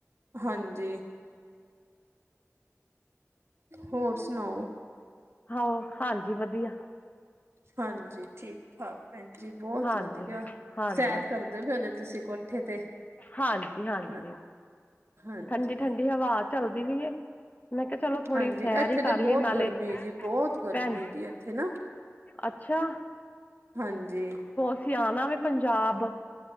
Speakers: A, on the right; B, on the left.
A: ਹਾਂਜੀ। ਹੋਰ ਸੁਨਾਓ।
B: ਆਹੋ ਹਾਂਜੀ ਵਧੀਆ
A: ਹਾਂਜੀ, ਠੀਕ-ਠਾਕ। ਭੈਨ ਜੀ, ਬੋਤ
B: ਹਾਂਜੀ
A: ਵਧੀਆ
B: ਹਾਂਜੀ
A: ਸੈਰ ਕਰਦੇ ਪਏ ਹੋਨੇ ਤੂਸੀਂ ਕੋਠੇ ਤੇ।
B: ਹਾਂਜੀ-ਹਾਂਜੀ,
A: ਹਾਂ ਹਾਂਜੀ।
B: ਠੰਢੀ-ਠੰਢੀ ਹਵਾ ਚੱਲਦੀ ਵੀਏ। ਮੈਂ ਕਿਹਾ ਚਲੋ ਥੋੜ੍ਹੀ
A: ਹਾਂਜੀ
B: ਸੈਰ
A: ਇੱਥੇ ਤੇ
B: ਕਰ ਲਈਏ
A: ਬਹੁਤ
B: ਨਾਲੇ
A: ਗਰਮੀ ਜੀ ਬਹੁਤ ਗਰਮੀ
B: ਭੈਣ ਜੀ
A: ਇੱਥੇ ਨਾ
B: ਅੱਛਾ
A: ਹਾਂਜੀ
B: ਅਸੀ ਆਣਾ ਵ ਪੰਜਾਬ